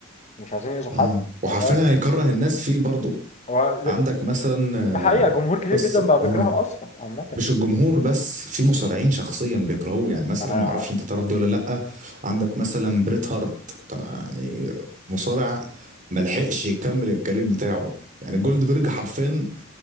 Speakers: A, on the left; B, on the right.
A: مش عايزين يأذوا حد
B: اه وحرفيا
A: فده
B: هيكره الناس فيه برضو
A: هو ده
B: عندك مثلا آه،
A: ده حقيقه جمهور كتير
B: قصة
A: جدا بقى بيكرهه
B: اه
A: اصلا عامه يعني
B: مش الجمهور بس في مصارعين شخصيا بيكرهوه يعني مثلا
A: آه.
B: ما اعرفش انت تعرف دي ولا لا عندك مثلا بريت هارت يعني مصارع ملحقش يكمل الكارير بتاعه يعني جولد بيرج حرفيا